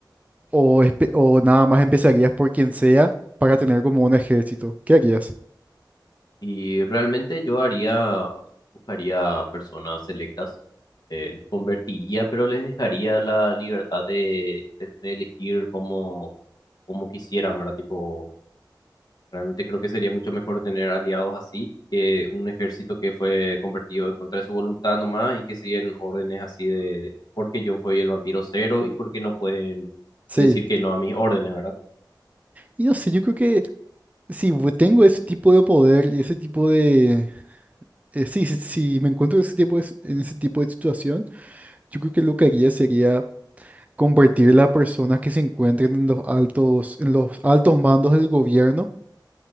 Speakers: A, on the right; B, on the left.
A: o, espe- o nada más empezarías por quien sea para tener como un ejército? ¿Qué harías?
B: Y realmente yo haría, buscaría personas selectas, eh, les convertiría, pero les dejaría la libertad de, de- de elegir como, como quisieran, ¿verdad? Tipo, realmente creo que sería mucho mejor tener aliados así que un ejército que fue convertido en contra de su voluntad nomás y que siguen órdenes así de, porque yo fui el vampiro cero y porque no pueden
A: Sí.
B: decir que no a mis órdenes, ¿verdad?
A: Y no sé, yo creo que si vo- tengo ese tipo de poder y ese tipo de... eh, sí, si, si me encuentro ese tipo de s- en ese tipo de situación, yo creo que lo que haría sería convertir a personas que se encuentren en los altos, en los altos mandos del gobierno